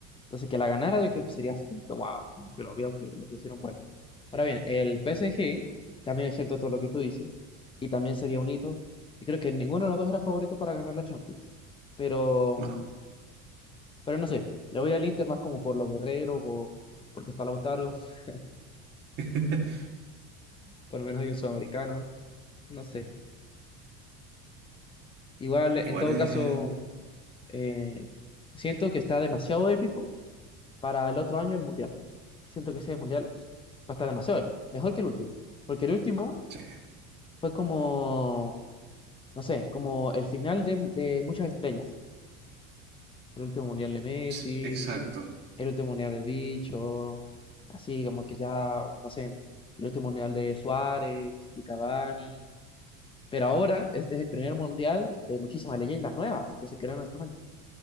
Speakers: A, on the left (about 15°); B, on the right (about 35°).
A: Entonces, que la ganara, yo creo que sería así como que wow, como que lo veo que le pusieron bueno. Ahora bien, el PSG, también es cierto todo lo que tú dices, y también sería un hito. Y creo que ninguno de los dos era favorito para ganar la Champions, pero,
B: no.
A: mm, pero no sé, le voy al Inter más como por los guerreros o porque está Lautaro, <laughs>
B: <laughs>
A: por lo menos hay un sudamericano, no sé. Igual,
B: Igual
A: en todo
B: es...
A: caso, eh, siento que está demasiado épico para el otro año el Mundial. Siento que ese Mundial va a estar demasiado épico, mejor que el último, porque el último
B: Sí,
A: Fue como, no sé, como el final de, de muchas estrellas. El último mundial de Messi,
B: es- exacto.
A: el último mundial del Bicho, así como que ya, no sé, el último mundial de Suárez, de Cavani. Pero ahora este es el primer mundial de muchísimas leyendas nuevas que se crearon estos años.